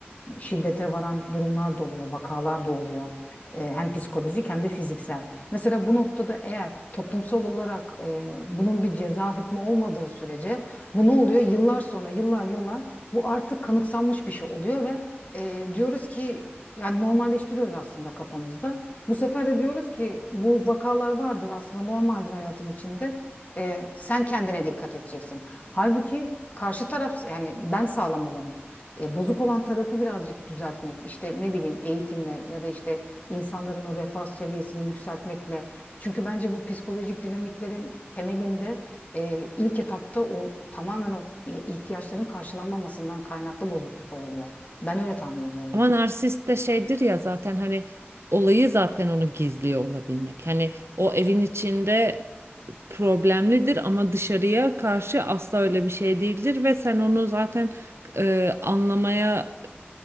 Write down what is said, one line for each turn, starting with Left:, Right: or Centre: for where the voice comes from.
Left: şiddete varan durumlar da oluyor, vakalar da oluyor. E, hem psikolojik hem de fiziksel. Mesela bu noktada eğer toplumsal olarak e, bunun bir ceza hükmü olmadığı sürece bu ne oluyor? Yıllar sonra, yıllar yıllar bu artık kanıksanmış bir şey oluyor ve e, diyoruz ki yani normalleştiriyoruz aslında kafamızda. Bu sefer de diyoruz ki bu vakalar vardır aslında normaldir hayatın içinde e, sen kendine dikkat edeceksin. Halbuki karşı taraf yani ben sağlam olanım. E, bozuk olan tarafı birazcık düzeltmek, işte ne bileyim eğitimle ya da işte insanların o refah seviyesini yükseltmekle. Çünkü bence bu psikolojik dinamiklerin temelinde e, ilk etapta o tamamen o e, ihtiyaçların karşılanmamasından kaynaklı bozukluklar oluyor. Ben öyle tahmin ediyorum.
Right: Ama narsist de şeydir ya zaten hani olayı zaten onu gizliyor olabilmek. Hani o evin içinde problemlidir ama dışarıya karşı asla öyle bir şey değildir ve sen onu zaten e, anlamaya